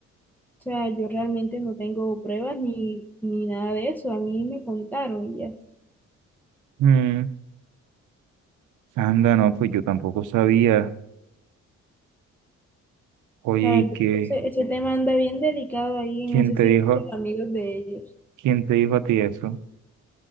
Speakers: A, in the centre; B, on the right (about 80°).
A: O sea, yo realmente no tengo pruebas ni, ni nada de eso. A mí me contaron y ya.
B: Mm, anda, no, pues yo tampoco sabía. Oye,
A: La verdad,
B: ¿y qué?
A: ese, ese tema anda bien delicado ahí en
B: ¿Quién
A: ese
B: te
A: círculo
B: dijo,
A: de amigos de ellos.
B: quién te dijo a ti eso?